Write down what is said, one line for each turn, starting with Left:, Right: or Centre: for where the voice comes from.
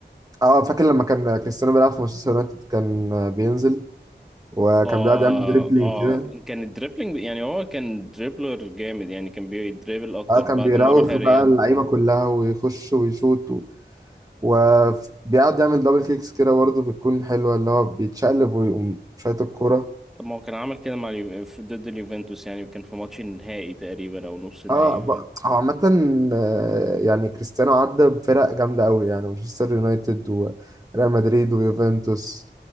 Right: اه فاكر لما كان كريستيانو بيلعب في مانشستر يونايتد كان بينزل وكان
Centre: اه
Right: بيقعد يعمل دريبلينج
Centre: اه
Right: كده
Centre: كان الدريبلينج يعني هو كان دريبلر جامد يعني كان بيدريبل اكتر
Right: اه كان
Centre: بعد
Right: بيراوغ
Centre: ما راح الريال
Right: بقى اللعيبة كلها ويخش ويشوط و- وبيقعد يعمل دبل كيكس كده برضه بتكون حلوة اللي هو بيتشقلب ويقوم شايط الكورة
Centre: طب ما هو كان عمل كده مع اليو... في- ضد اليوفنتوس يعني وكان في ماتش النهائي تقريبا او نص نهائي
Right: اه ب- هو عامة آه، يعني كريستيانو عدى بفرق جامدة قوي يعني مانشستر يونايتد وريال مدريد ويوفنتوس